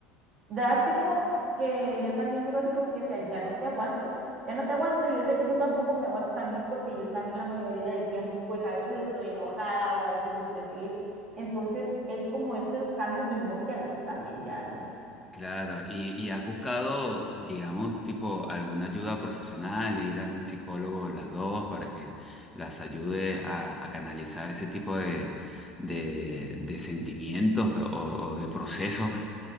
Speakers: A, on the right; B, in the centre.
A: drástico que yo también digo así como que, o sea, ya no te aguanto, ya no te aguanto y yo sé que tú tampoco me aguantas a mí porque yo también la mayoría del tiempo pues a veces estoy enojada o a veces estoy feliz. Entonces es como estos cambios de humor que a veces también ya no.
B: claro. ¿Y, y has buscado, digamos, tipo alguna ayuda profesional, ir a un psicólogo las dos para que las ayude a, a canalizar ese tipo de, de, de sentimientos o, o de procesos?